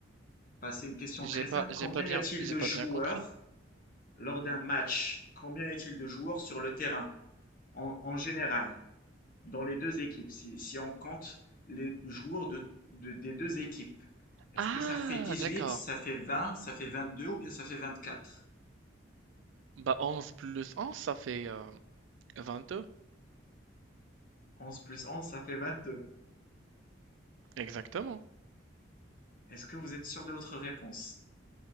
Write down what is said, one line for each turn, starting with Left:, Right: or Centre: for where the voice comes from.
Left: Bah, c'est une question
Right: j'ai
Left: très
Right: pas,
Left: simple.
Right: j'ai
Left: Combien
Right: pas bien,
Left: y a-t-il
Right: j'ai
Left: de
Right: pas
Left: joueurs
Right: bien compris.
Left: lors d'un match? Combien y a-t-il de joueurs sur le terrain en, en général, dans les deux équipes, si, si on compte les joueurs de- de- des deux équipes? Est-ce
Right: Ah,
Left: que ça fait 18,
Right: d'accord.
Left: ça fait 20, ça fait 22 ou bien ça fait 24?
Right: Bah, 11 plus 11, ça fait euh, 22.
Left: 11 plus 11, ça fait 22.
Right: Exactement.
Left: Est-ce que vous êtes sûr de votre réponse?